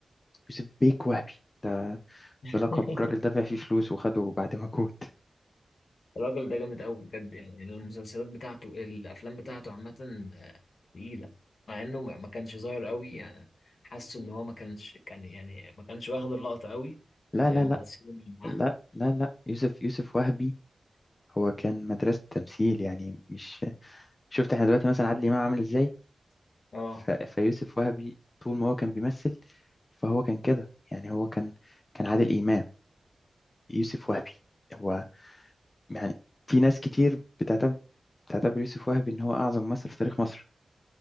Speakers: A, on the left; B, on the left.
A: يوسف بيك وهبي ده
B: <laughs>
A: ده لقب الراجل دفع فيه فلوس وخده بعد مجهود
B: الراجل ده جامد أوي بجد يعني المسلسلات بتاعته الأفلام بتاعته عامة آه، تقيلة مع إنه ما ما كانش ظاهر أوي يعني حاسه إن هو ما كانش كان يعني ما كانش واخد اللقطة أوي
A: لا
B: زي
A: لا
B: الممثلين
A: لا
B: اللي معاه
A: لا لا لا يوسف يوسف وهبي هو كان مدرسة تمثيل يعني مش شفت احنا دلوقتي مثلا عادل إمام عامل ازاي
B: أه
A: ف... فيوسف وهبي طول ما هو كان بيمثل فهو كان كده يعني هو كان كان عادل إمام يوسف وهبي هو يعني في ناس كتير بتعتبر بتعتبر يوسف وهبي إن هو أعظم ممثل في تاريخ مصر